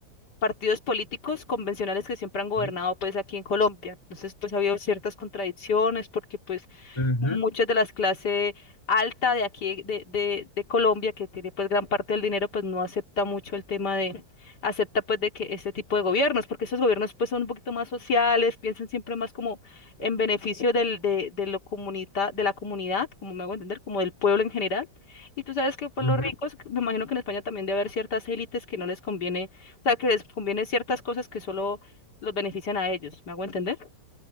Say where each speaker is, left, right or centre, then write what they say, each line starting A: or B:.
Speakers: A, on the left; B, on the left.
A: partidos políticos convencionales que siempre han gobernado
B: ¿sí?
A: pues aquí en Colombia. Entonces pues ha habido ciertas contradicciones porque pues
B: Ujú,
A: muchas de las clases alta de aquí de, de, de Colombia, que tiene pues gran parte del dinero, pues no acepta mucho el tema de, acepta pues de que este tipo de gobiernos, porque esos gobiernos pues son un poquito más sociales, piensan siempre más como en beneficio del, de, de lo comunita, de la comunidad, como me hago entender, como del pueblo en general. Y tú sabes que pues
B: ujú.
A: los ricos, me imagino que en España también debe haber ciertas élites que no les conviene, o sea, que les conviene ciertas cosas que solo los benefician a ellos, ¿me hago entender?